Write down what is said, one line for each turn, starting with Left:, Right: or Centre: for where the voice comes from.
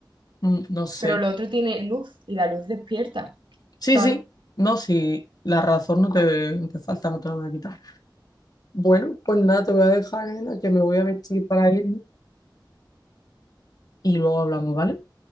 Left: Mm, no sé.
Right: Pero lo otro tiene luz y la luz despierta,
Left: Sí,
Right: ¿sabes?
Left: sí. No, sí. La razón no te, no te falta, no te la voy a quitar. Bueno, pues nada, te voy a dejar, Elena, que me voy a vestir para irme y luego hablamos, ¿vale?